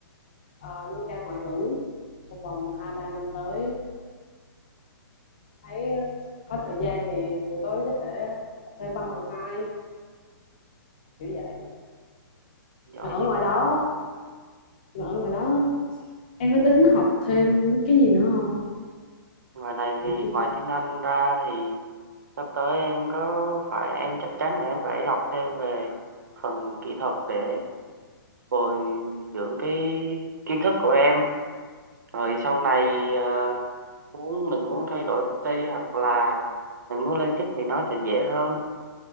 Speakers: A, on the left (about 25°); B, on the right (about 50°).
A: à, nâng cao ngoại ngữ trong vòng hai ba năm tới thấy có thời gian thì buổi tối có thể học thêm văn bằng hai kiểu vậy
B: giỏi
A: mà ở
B: dữ
A: ngoài đó mà ở ngoài đó em có tính học thêm cái gì nữa không
B: ngoài này thì
A: kiểu chuyên
B: ngoài tiếng Anh ra thì sắp tới em có phải em chắc chắn là em phải học thêm về phần kỹ thuật để bồi dưỡng cái kiến thức của em rồi sau này ờ, muốn mình muốn thay đổi công ty hoặc là mình muốn lên chức thì nó sẽ dễ hơn